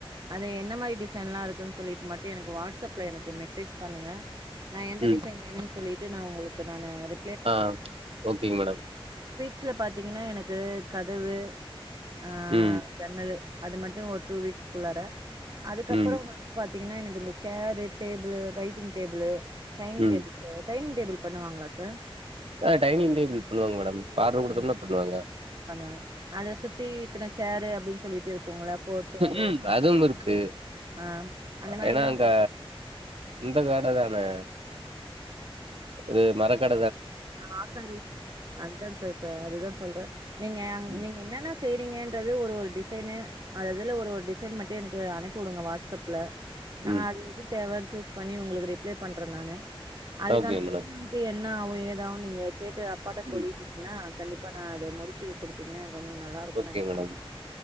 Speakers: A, on the right; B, on the right.
A: அது என்ன மாரி டிசைன்ல்லா இருக்குன்னு சொல்லிட்டு மட்டு எனக்கு வாட்ஸ்அப்ல எனக்கு மெசேஜ் பண்ணுங்க நா எந்த
B: ம்
A: டிசைன் வேணும்னு சொல்லிட் து நா உங்ளுக்கு நானு ரிப்
B: ஆஹ் ஓகேங்மேடம்
A: ஸ்ல பாத்தீங்கன்னா எனக்கு கதவு ஆஹ்
B: ம்
A: ஜன்னலு அது மட்டு ஓட் டூவீக்ஸ் குள்ளார அதுக்கப்றோ
B: ம்
A: வந்து பாத் தீங்கன்னா எனக்கு இந்த சேரு டேபிளு ரைட்டிங் டேபிளு டைனிங்டேபில்சு
B: ம்
A: டைனிங் டேபிள் பண்ணுவாங்களா சார்
B: ஆ டைனிங்டேபிள் பண்ணுவாங்க மேடம் ஆர்டர் குடுத்தோம்னா
A: பன்னி
B: பண்ணுவாங்க
A: பண்ணுவாங்க அத சுத்தி இத்தன சேரு அப்டின்னு சொல்லிட்டு இருக்கும்ல ஃபோர் சேரு
B: உம் அதுவும் இருக்கு
A: ஆ அந்த மாரில்லா
B: ஏன்னா அங்க
A: பா
B: இந்த காட தானே இது மரக்கட்
A: ஹ் ஆசரி <inaudible> அதுதா சாச சார் அதுதா சொல்றே நீங்க அங்
B: ம்
A: நீங்க என்னன்ன செய்றீங்க து ஒரு ஒரு டிசைனு அததுல ஒரு ஒரு டிசைன் மட்டு எனக்கு அனுப்பி வுடுங்க வாட்ஸ்அப்ல நா
B: ம்
A: அது எது தேவ சூஸ் பண்ணி உங்களுக்கு ரிப்ளை பண்றே நானு அதுக்கான
B: ஓகே மேடம்
A: பெமென்ட் என்ன நாஓயித் தவ்ன்நீங்க கேட்டு அப்பாட்ட சொல்லிட்டீங்ன்னா
B: ம்
A: கண்டிப்பா நா அத முடிச்சு குடுத்திங்னே பொண்ணுங் நல்லா இருக்குனு
B: ஓகே
A: நெனைக்
B: மேடம்